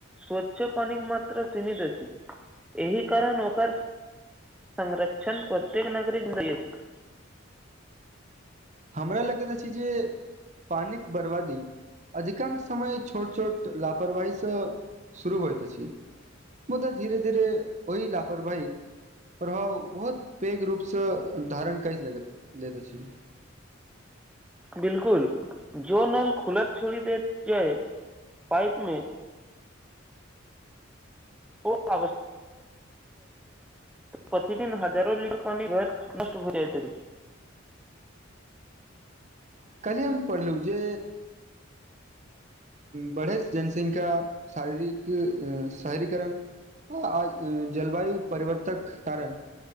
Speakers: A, in the centre; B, on the right (about 35°).
A: स्वच्छ पानी मात्र सीमित अछि एहि कारण ओकर संरक्षण प्रत्येक नागरिक <unintelligible>
B: हमरा लगैत अछि जे पानिक बरबादी अधिकांश समय छोट-छोट लापरवाहीसँ शुरू होइत अछि मुदा धीेरे-धीेरे ओहि लापरवाही प्रभाव बहुत पैघ रूपसँ धारण कऽ लैत अछि
A: बिल्कुल जो नल खुलत छोड़ि दैत अछि पाइपमे ओ <unintelligible> प्रतिदिन हजारो लीटर पानि बहिकऽ नष्ट भऽ जाइत अछि
B: काल्हिये हम पढ़लहुँ जे बढ़े जनसंख्या शारीरिक शहरीकरण हॅं, जलवायु परिवर्तक कारक